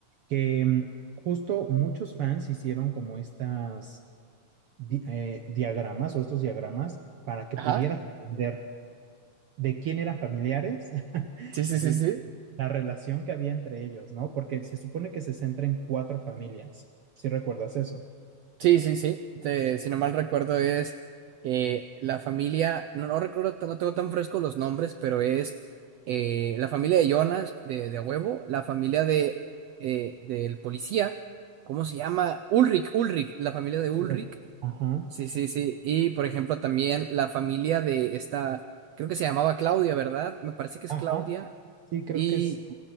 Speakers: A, on the right; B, on the right.
A: Que mm, justo muchos fans hicieron como estas di- eh, diagramas o estos diagramas para que
B: Ajá.
A: pudieras entender de quién eran familiares. <laughs>
B: Sí, sí, sí,
A: y
B: sí.
A: la relación que había entre ellos, ¿no? Porque se supone que se centra en cuatro familias, si recuerdas eso.
B: Sí, sí, sí. Te- si no mal recuerdo es eh, la familia, no, no recuerdo, no tengo tan fresco los nombres, pero es eh, la familia de Jonas, de, de a huevo, la familia de eh, del policía, ¿cómo se llama? Ulrich, Ulrich, la familia de
A: Ujú.
B: Ulrich.
A: Ajá,
B: Sí, sí, sí. Y por ejemplo también la familia de esta, creo que se llamaba Claudia, ¿verdad? Me parece que es
A: ajá,
B: Claudia.
A: sí, creo
B: Y
A: que es.